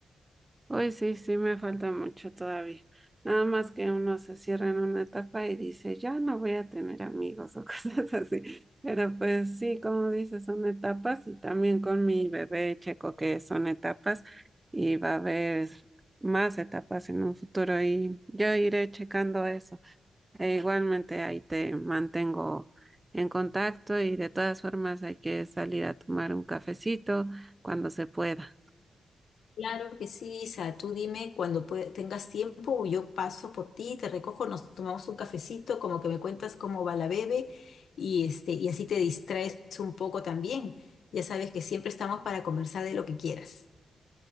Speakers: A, on the right; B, on the left.
A: Hoy sí, sí me falta mucho todavía. Nada más que uno se cierra en una etapa y dice, ya no voy a tener amigos o <laughs> cosas así. Pero pues sí, como dices, son etapas y también con mi bebé checo que son etapas y va a haber más etapas en un futuro y yo iré checando eso. E igualmente ahí te mantengo en contacto y de todas formas hay que salir a tomar un cafecito cuando se pueda.
B: Claro que sí, Isa, tú dime cuando pue- tengas tiempo, yo paso por ti, te recojo, nos tomamos un cafecito, como que me cuentas cómo va la bebé y, este, y así te distraes un poco también. Ya sabes que siempre estamos para conversar de lo que quieras.